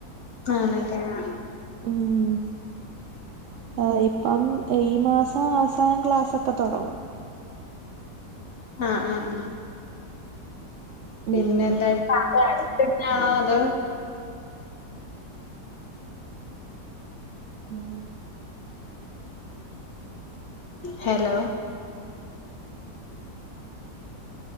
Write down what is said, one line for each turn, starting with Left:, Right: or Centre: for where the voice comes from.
Left: ആണല്ലേ ആഹ് ആഹ്
Right: ഊം ആഹ് ഇപ്പം ഈ മാസം അവസാനം ക്ലാസ്സൊക്കെ തൊടങ്ങും
Left: ആഹ് ആഹ് ആഹ്
Right: ഉം
Left: പിന്നെ എന്താ <unintelligible> അട്ത്തെന്ന്യാണോ അതോ
Right: ഉം
Left: ഹെലോ